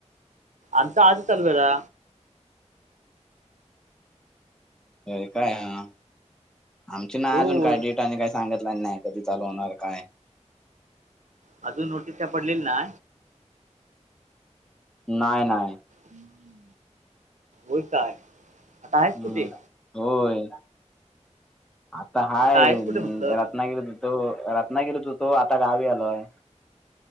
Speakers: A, on the right; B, in the centre.
A: अता आजतल बरा
B: हो काय ह आमचे ना
A: होय
B: अजून काय डेट नी काही सांगितलं नाही कधी चालू होणार काय
A: अजून नोटीस त्या पडलेली ना
B: नाही नाही
A: हम् वय काय आता आहेस
B: हम्म
A: कुठे
B: होय आता हाय
A: आहेस कुठे म्हटलं
B: रत्नागिरीत तो रत्नागिरीतू तो आता गावी आलोय